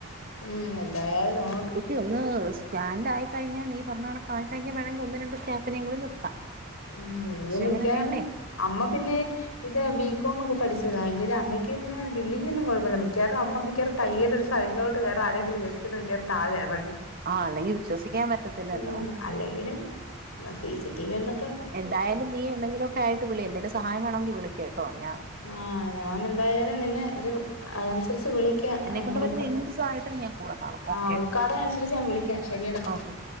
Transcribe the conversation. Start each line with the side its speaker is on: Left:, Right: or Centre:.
Left: ഉം എന്തായാലും നോ
Right: ഓക്കെ ഒന്ന് സ്റ്റാന്റ് ആയിക്കഴിഞ്ഞ നീ പറഞ്ഞ കണക്കായി കഴിഞ വേണങ്കി ഒന്ന് രണ്ട് സ്റ്റാഫി നീം കൂടി നിർത്താം
Left: ഉം
Right: പക്ഷെ
Left: മിക്കാറ്
Right: അങ്ങനെ വേണ്ടേ
Left: അമ്മ പിന്നെ ഇതാ ബീ കോമൊക്കെപ്പഠിച്ചതാ എന്റെല് അമ്മയ്ക്ക് പിന്നെ ബില്ലിങ്ങൊന്നും കൊഴപ്പല്ല മിക്കാറ അമ്മ മി ക്ക്യാറും തയ്യേന്റൊര് സൈഡിലോട്ട് വേറാരെങ്കിലും വെപ്പിച്ചിട്ട് മിക്കർ താഴെ എറങ്‌
Right: ആഹ് അല്ലെങ്കിൽ വിശ്വസിക്കാൻ പറ്റത്തില്ലല്ലോ
Left: ആഹ് അല്ലെങ്കിലും സി സി ടിവി ന്താ
Right: എന്തായാലും നീ എന്നെങ്കിലൊക്കെ ആയിട്ട് വിളി. എന്തെലും സഹായം വേണോങ്കി വിളിക്ക് ട്ടോ ഞാ
Left: ആഹ് ഞാനെന്തായാലും നിന്നെ ത് അനുസരിച്ച് വിളിക് യ്ക
Right: എന്നെ
Left: ഏഹ്
Right: കൊണ്ട്
Left: ഓൽക
Right: പറ്റുന്ന എന്ത് സഹായത്തിനും ഞാൻ കൂടെ കാണും
Left: ആഹ്
Right: ഓക്കെ
Left: ഉൾക്കാടന അനുസരിച്ച് ഞാൻ വിളിക്ക ശരിയടാ
Right: ഓക്കെ